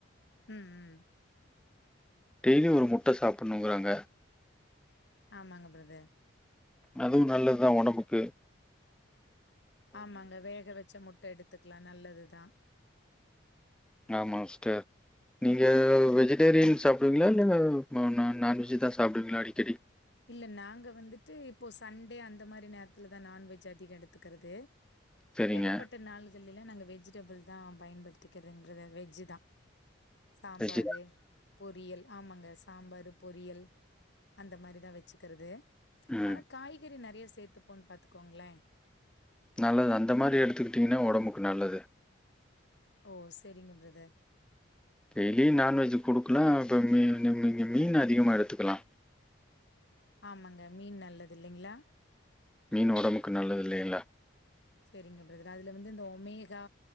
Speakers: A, on the left (about 60°); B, in the centre.
A: ம் ம்
B: டெய்லி ஒரு முட்ட சாப்பட்ணுங்கிறாங்க
A: ஆமாங்க பிரதர்
B: அதுவு நல்லதுதா ஒடம்புக்கு
A: ஆமாங்க வேக வச்ச முட்ட எடுத்துக்கலா நல்லதுதா
B: ஆமா சிஸ்டர் நீங்க வெஜிடேரியன் சாப்டுவீங்களா இல்ல நா நா நான்வெஜ் தா சாப்டுவீங்களா அடிக்கடி
A: இல்ல நாங்க வந்துட்டு இப்போ சண்டே அந்த மாரி நேரத்துல தா நான்வெஜ் அதிகோ எடுத்துக்கறது
B: சரிங்க.
A: எடப்பட்ட நாள்கலேல நாங்க வெஜிடபிள் தா பயன்படுத்திக்கின்றதுங்கத வெஜ்ஜு தா சாம்பாரு
B: வெஜ்
A: பொரியல் ஆமாங்க சாம்பாரு பொரியல் அந்த மாரிதா வச்சுக்கறது
B: ம்.
A: ஆனா காய்கறி நறைய சேத்துப்போன்னு பாத்துக்கோங்கள
B: நல்லது அந்த மாரி எடுத்துக்கிட்டிங்கன்னா ஒடம்புக்கு நல்லது
A: ஓ சரிங்க பிரதர்
B: டெய்லியு நான்வெஜ்ஜு குடுக்கலா இப்ப மீனு மீ‌னு மீன் அதிகமாக எடுத்துக்கலா
A: ஆமாங்க மீன் நல்லது இல்லைங்களா
B: மீன் ஒடம்புக்கு நல்லது இல்லைகளா
A: சரிங்க பிரதர் அதுல வந்து இந்த ஒமேகா